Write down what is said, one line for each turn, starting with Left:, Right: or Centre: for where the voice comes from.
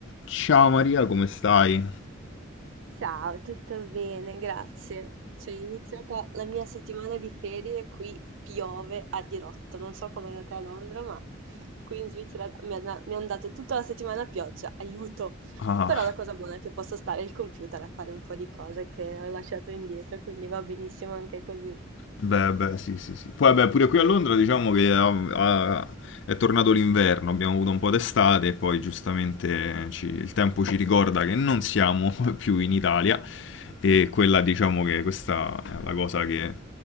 Left: Ciao Maria, come stai?
Right: Ciao, tutto bene, grazie. Cioè, è iniziata la mia settimana di ferie, qui piove a dirotto. Non so com'è andata a Londra, ma qui in Svizzera mi ha- mi hanno dato tutta la settimana a pioggia, aiuto!
Left: Ah,
Right: Però la cosa buona è che posso stare al computer a fare un po' di cose che ho lasciato indietro, quindi va benissimo anche così.
Left: beh, beh, sì, sì, sì. Poi, beh, pure qui a Londra diciamo che ah, ah, è tornato l'inverno, abbiamo avuto un po' d'estate e poi giustamente ci- il tempo ci ricorda che non siamo <laughs> più in Italia e quella diciamo che questa è la cosa che